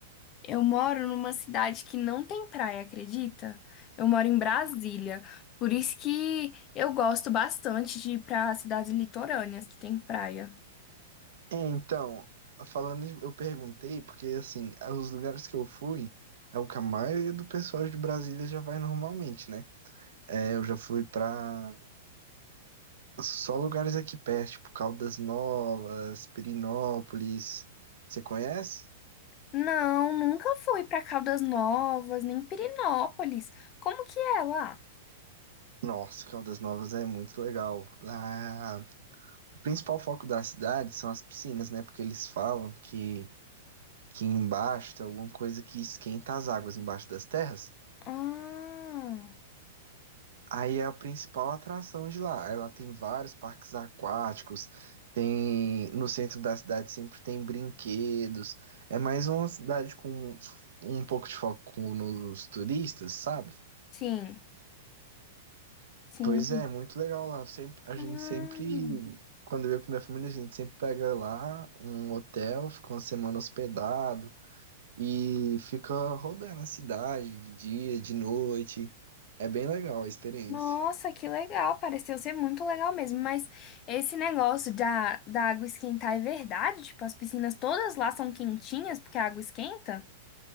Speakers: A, on the left; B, on the right.
A: Eu moro numa cidade que não tem praia, acredita? Eu moro em Brasília, por isso que eu gosto bastante de ir para cidades litorâneas que tem praia.
B: É, então, falando, de- eu perguntei, porque assim, os lugares que eu fui é o que a maioria do pessoal de Brasília já vai normalmente, né? É, eu já fui pra só lugares aqui perto, tipo Caldas Novas, Pirinópolis. Você conhece?
A: Não, nunca fui para Caldas Novas, nem Pirenópolis. Como que é lá?
B: Nossa, Caldas Novas é muito legal. Lá, o principal foco da cidade são as piscinas, né? Porque eles falam que, que embaixo tem alguma coisa que esquenta as águas embaixo das terras.
A: Ah,
B: Aí é a principal atração de lá. Ela tem vários parques aquáticos, tem no centro da cidade sempre tem brinquedos. É mais uma cidade com um pouco de foco nos turistas, sabe?
A: sim, sim.
B: Pois é, muito legal lá. Sempre, a gente
A: Ah.
B: sempre, quando eu ia com minha família, a gente sempre pega lá um hotel, fica uma semana hospedado e fica rodando a cidade de dia, de noite. É bem legal a experiência.
A: Nossa, que legal, pareceu ser muito legal mesmo, mas esse negócio da, da água esquentar é verdade? Tipo, as piscinas todas lá são quentinhas porque a água esquenta?